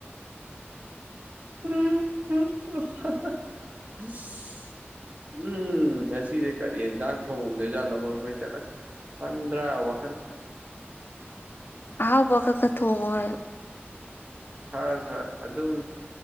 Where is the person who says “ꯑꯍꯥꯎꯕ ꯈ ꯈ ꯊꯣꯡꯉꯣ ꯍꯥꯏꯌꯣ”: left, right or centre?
Left